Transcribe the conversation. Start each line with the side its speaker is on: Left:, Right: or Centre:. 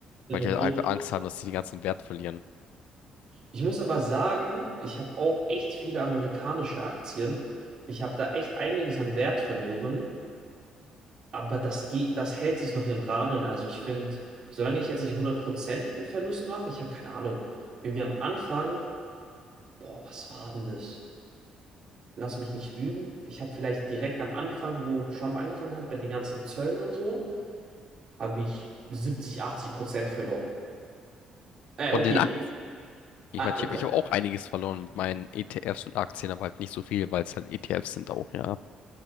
Right: und
Left: weil die halt
Right: so.
Left: einfach Angst haben, dass sie den ganzen Wert verlieren.
Right: Ich muss aber sagen, ich habe auch echt viele amerikanische Aktien. Ich habe da echt einiges an Wert verloren, aber das geht, das hält sich noch im Rahmen. Also ich finde, solange ich jetzt nicht 100% einen Verlust mache, ich habe keine Ahnung. Irgendwie am Anfang, boah, was war denn das? Lass mich nicht lügen. Ich habe vielleicht direkt am Anfang, wo Trump angefangen hat mit den ganzen Zöllen und so, habe ich 70, 80% verloren. Äh,
Left: Von
Right: okay.
Left: den Aktien. Ich
Right: Ah,
Left: meine,
Right: äh,
Left: ich
Right: Pro,
Left: habe ich hab auch einiges verloren mit meinen ETFs und Aktien, aber halt nicht so viel, weil es halt ETFs sind auch, ja.